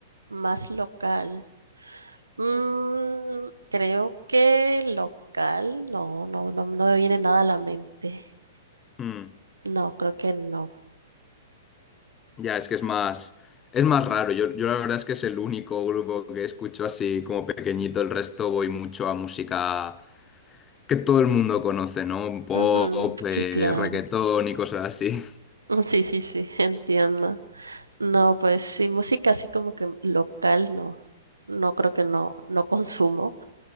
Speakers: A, on the right (about 80°); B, on the left (about 20°).
A: Más local. Mm, creo que local, no, no, no, no me viene nada a la mente.
B: Mm.
A: No, creo que no.
B: Ya, es que es más, es más raro. Yo, yo la verdad es que es el único grupo que escucho así como pequeñito. El resto voy mucho a música que todo el mundo conoce, ¿no? Pop,
A: Ujú, sí,
B: eh,
A: claro.
B: reggaetón y cosas así. <laughs>
A: <laughs> Sí, sí, sí, <laughs> entiendo. No, pues sí, música así como que local, no, no creo que no, no consumo.